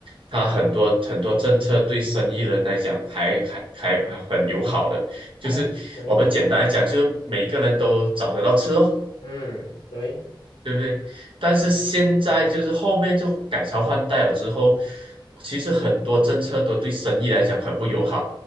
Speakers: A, on the right; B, on the left.
A: 他很多很多政策对生意人来讲还还还还很友好的，就是我们简单来讲，
B: 啊，对，
A: 就是每个人都找得到车。
B: 嗯对。
A: 对不对？但是现在就是后面就改朝换代了之后，其实很多政策都对生意来讲很不友好，